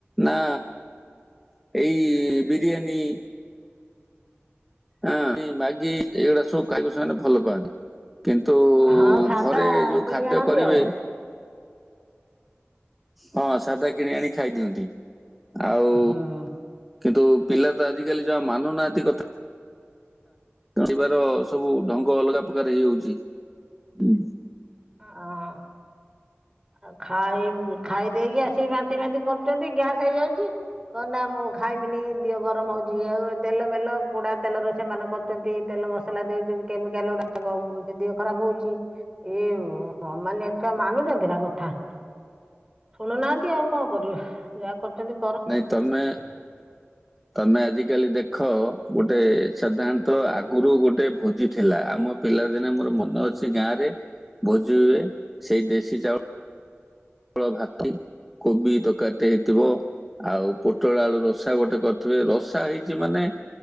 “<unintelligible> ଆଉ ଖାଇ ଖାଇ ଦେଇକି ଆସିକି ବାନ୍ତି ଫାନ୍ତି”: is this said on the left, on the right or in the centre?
Right